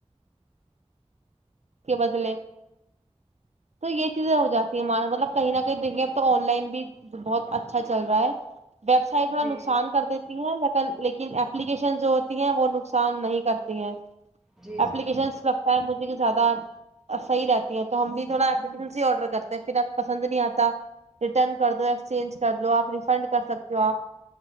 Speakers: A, on the right; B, in the centre.
A: کے بدلے تو یہ چیزیں ہو جاتی ہیں ہمار مطلب کہیں نہ کہیں دیکھیے اب تو آن لائن بھی بہت اچھا چل رہا ہے ویبسایڈ میں
B: جی
A: نقصان کر دیتی ہے لیکن اپلیکیشن جو ہوتی ہیں وہ نقصان نہیں کرتی ہیں
B: جی
A: اپلیکیشنس
B: جی
A: ک مجے زیادہ صحیح رہتی ہے تو ہم بھی تھوڑا اپیک ہی آرڈر کرتے ہیں پھر اب پسند نہیں آتا ریٹرن کر دو ایکسچینج کر لو آپ ریفنڈ کر سکتے ہو آپ